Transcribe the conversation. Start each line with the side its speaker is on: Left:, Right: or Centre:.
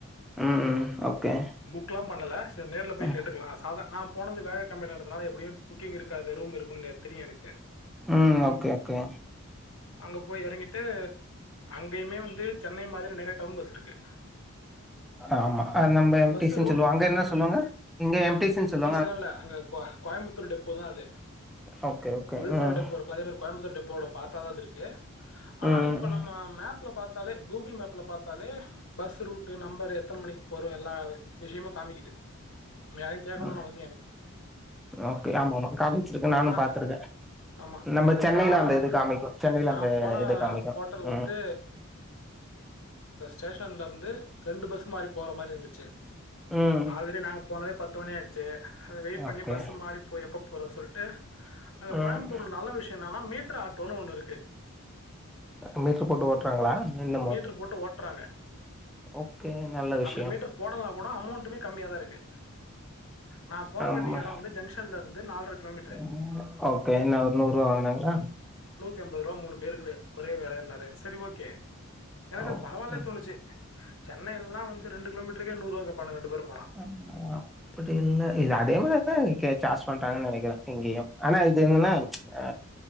Centre: ம் ம் ஓகே
Left: புக்லாம் பண்ணல நேர்ல போய்
Centre: ம்
Left: கேட்டுக்லாம் சாதா நா போனது வேற கம்பெனி கிறத்துனால எப்டியும் புக்கிங் இருக்காது ரூம் இருக்கும்னு தெரியும் எனக்கு
Centre: ம் ஓகே ஓகே
Left: அங்க போய் எறங்கிட்டு அங்கயுமே வந்து சென்னை மாரி நெறைய டவுன் பஸ் இருக்கு.
Centre: ஆமா நம்ம எம்
Left: பஸ்
Centre: டி சி னு சொல்லுவோம் அங்க என்ன சொல்லுவாங்க இங்க எம் டி சி னு சொல்லு
Left: சி லா இல்ல அங்க கோயம்புத்தூர் டிப்போ தா அது
Centre: ஓகே ஓகே
Left: விழுப்புரம்
Centre: ம்
Left: டிப்போ இருக்குல அதே மாரி கோயம்புத்தூர் டிப் போ ஓட பாத் ஆது இருக்கு ஆனா
Centre: ம்
Left: இப்ப நம்ம மேப் ல பாத்தாலே கூகுள் மேப்ல பாத்தாலே பஸ் ரூட் நம்பர் எத்தன மணிக்கு போறோம் எல்லா விஷயமும் காமிக்குது நம்ம யாரையும் கேக்கனும்
Centre: ம்
Left: அவ
Centre: ஓகே ஆமா ஆமா காமிச்சிருக்கேன் நானும்
Left: ஆனா
Centre: பாத்துருக்கன்
Left: ஆமா.
Centre: நம்ம சென்னையில
Left: நான்
Centre: அந்த இது காமிக்கும் சென்னையில
Left: நான்
Centre: அந்த
Left: போன
Centre: இது காமிக்கும்
Left: ஹோட்டல்
Centre: ம்
Left: வந்து ஸ்டேஷன்ல இருந்து ரெண்டு பஸ் மாறி போற மாரி இருந்திச்சு
Centre: ம்
Left: ஆல்ரெடி நாங்க போனதே பத் த்து மணி ஆயிடுச்சு அத வெயிட் பண்ணி
Centre: ஓகே
Left: பஸ்ஸு மாறி போய் எப்பப் போற‌ சொல்ட்டு அங்க
Centre: ம்
Left: கோயம்புத்தூர்ல நல்ல விஷ்யொ என்னன்னா மீ ட்ரு ஆட்டோன்னு ஒன்னு இருக்கு
Centre: மீட்ரு போட்டு ஓட்றாங்களா இன்னமொ
Left: மீட்டர் போட்டு ஓட்டுறாங்க.
Centre: ஓகே நல்ல விஷ்யம்
Left: அப்படி மீட்டர் போடலனா கூட அமௌண்டுமே கம்மியா தா இருக்கு நா போக
Centre: ஆமா
Left: வேண்டி எடொ வந்து ஜங்ஷன்லருந்து நால்ர கிலோமீட்ரு
Centre: ம். ஓகே என்ன ஒரு நூறு ரூவா வாங்குனாங்களா
Left: நூ த்திஅம்பதுருவா மூணு பேருகு ஒரே வெலன்னாரு செரி ஓகே எனக்கு
Centre: ஓகே
Left: பரவால்ல
Centre: ம்.
Left: தோணுச்சி சென்னைல்லா வந்து ரெண்டு கிலோமீட்டருக்கே நூறுவா கேப் பானுங் ரெண்டு பேரு
Centre: ஆ அப்புடி இல்ல இது அதே மாரிதா இக்கே சார்ஜ் பண்றாங்கன் நெனக்கிறே இங்கெயு ஆனா இது என்னன்னா ஆ